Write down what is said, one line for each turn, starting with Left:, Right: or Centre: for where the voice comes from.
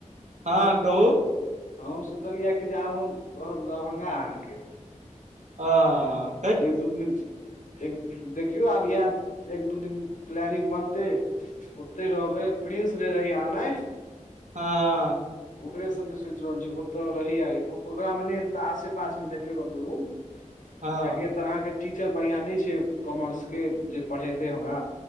Right: हँ कहु
Left: हम सोचलियै या कि जे आब हम रहब दरभंगा आके
Right: आ
Left: एक दू दिन एक देखियौ आब इएह एक दू दिन प्लानिंग बनतै ओते रहबै प्रिंस जे रहैया नै
Right: हँ हँ
Left: ओकरे संगे सोचि रहल छी ओतऽ रहियै ओकरा मे नहि हेतै तऽ आसे पास मे देखबे कत्तौ रूम
Right: हँ
Left: किया कि एतऽ अहाँके टीचर बढ़ियां नहि छै कॉमर्सके जे पढ़ेतै हमरा